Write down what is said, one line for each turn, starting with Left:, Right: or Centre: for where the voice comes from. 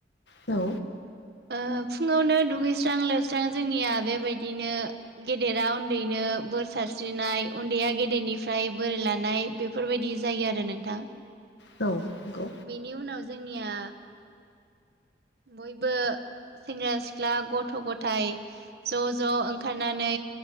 Left: औ
Right: ओ फुङावनो दुगैस्रां लोबस्रां जोंनिया बेबायदिनो गेदेरा उन्दैनो बोर सारस्रिनाय उन्दैया गेदेरनिफ्राय बोरै लानाय बेफोरबायदि जायो आरो नोंथां।
Left: औ नंगौ
Right: बेनि उनाव जोंनिया बयबो सेंग्रा सिख्ला गथ' गथाय ज' ज' ओंखारनानै